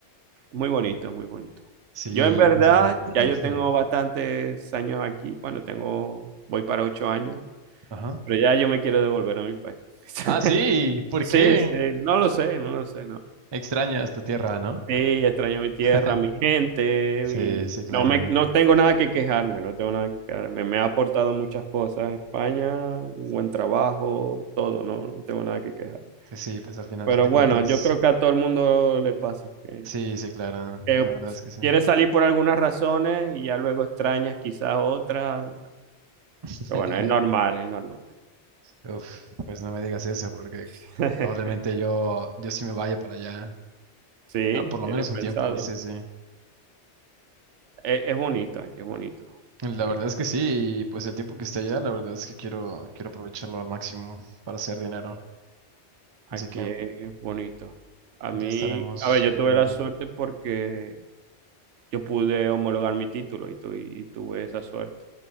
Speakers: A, on the right; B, on the right.
A: Muy bonito, muy bonito.
B: Sí,
A: Yo en verdad,
B: o sea. <clears throat>
A: ya yo tengo bastantes años aquí. Bueno, tengo, voy para ocho años,
B: Ajá.
A: pero ya yo me quiero devolver a mi país. <laughs>
B: Ah, sí, ¿por
A: Sí,
B: qué?
A: sí, no lo sé, no lo sé, no.
B: Extrañas tu tierra, ¿no?
A: Sí, extraño mi tierra,
B: <laughs>
A: mi gente,
B: Sí,
A: mi...
B: sí, claro.
A: No me, no tengo nada que quejarme, no tengo nada que quejarme. Me ha aportado muchas cosas España, un buen trabajo, todo, no, no tengo nada que quejar.
B: Sí, sí, pues al final
A: Pero
B: de
A: bueno,
B: cuentas.
A: yo creo que a todo el mundo le pasa, que
B: Sí, sí, claro.
A: que
B: La verdad es que sí.
A: quieres salir por algunas razones y ya luego extrañas quizás otras.
B: <laughs>
A: Pero bueno, es normal, es normal.
B: Uf, pues no me digas eso, porque
A: <laughs>
B: probablemente yo, yo sí me vaya para allá,
A: Sí,
B: al- por lo
A: tienes
B: menos un
A: pensado.
B: tiempo, sí, sí.
A: Es, es bonito, aquí es bonito.
B: La
A: Aquí,
B: verdad es que sí, y pues el tiempo que esté allá, la verdad es que quiero, quiero aprovecharlo al máximo para hacer dinero.
A: aquí
B: Así que
A: es bonito. A
B: ya
A: mí,
B: estaremos
A: a ver, yo tuve
B: viendo.
A: la suerte porque yo pude homologar mi título y, tu- y tuve esa suerte.